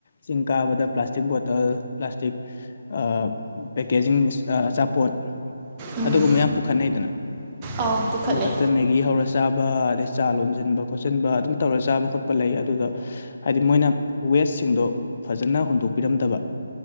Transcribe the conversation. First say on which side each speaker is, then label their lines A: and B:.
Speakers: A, on the left; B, on the right.
A: ꯆꯤꯡ ꯀꯥꯕꯗ ꯄ꯭ꯂꯥꯁꯇꯤꯛ ꯕꯣꯇꯜ ꯄ꯭ꯂꯥꯁꯇꯤꯛ ꯑ ꯄꯦꯀꯦꯖꯤꯡꯁ ꯑ ꯑꯆꯥꯄꯣꯠ
B: ꯎꯝ
A: ꯑꯗꯨꯒꯨꯝꯕ ꯌꯥꯝ ꯄꯨꯈꯠꯅꯩꯗꯅ
B: ꯑꯧ ꯄꯨꯈꯠꯂꯦ
A: ꯃꯊꯛꯇ ꯃꯦꯒꯤ ꯍꯧꯔꯁꯤ ꯆꯥꯕ ꯑꯗꯩ ꯆꯥ ꯂꯣꯟꯁꯤꯟꯕ ꯈꯣꯠꯆꯤꯟꯕ ꯑꯗꯨꯝ ꯇꯧꯔ ꯆꯥꯕ ꯈꯣꯠꯄ ꯂꯩ ꯑꯗꯨꯗ ꯍꯥꯏꯗꯤ ꯃꯣꯏꯅ ꯋꯦꯁꯁꯤꯡꯗꯣ ꯐꯖꯅ ꯍꯨꯟꯗꯣꯛꯄꯤꯔꯝꯗꯕ